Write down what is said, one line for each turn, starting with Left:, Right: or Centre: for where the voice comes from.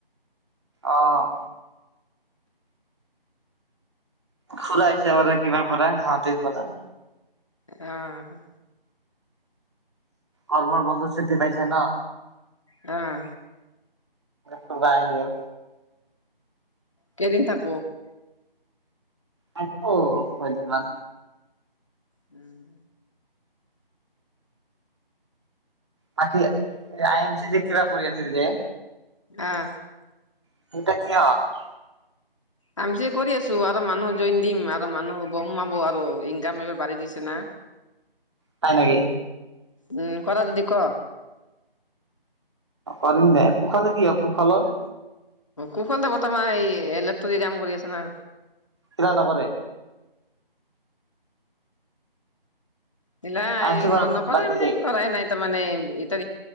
Right: অঁ। খুৰা আহিছে বাৰ কিবাৰ পৰা গুৱাহাটীৰ পৰা।
Left: অঁ।
Right: গৰমৰ বন্ধু চুটি পাইছে ন?
Left: অঁ।
Right: ফুগা আহি গেল।
Left: কেইদিন থাক।
Right: আ কদিনমান।
Left: উম।
Right: বাকি আই এম চি যি কিবা কৰি আছিল যে,
Left: অঁ।
Right: <unintelligible>
Left: কাম চ কৰি আছো আৰু মানুহ জইন দিম আৰু মানুহ হ'ব সোমাব আৰু ইনকাম এইবাৰ বাঢ়ি দিছে না।
Right: হয় নেকি?
Left: উম কৰা যদি ক।
Right: পাৰিম দোই পোশালে কি হ'ল পোশালৰ।
Left: কুশল দে বৰ্তমান স ইলেক্ট্ৰনিক কাম কৰি আছে না।
Right: কিবা নকৰে।
Left: নিলা
Right: আই
Left: এই
Right: এম চি কৰা
Left: নকৰে
Right: বাদ দিছে
Left: মানে কৰাই নাই। মানে ইতা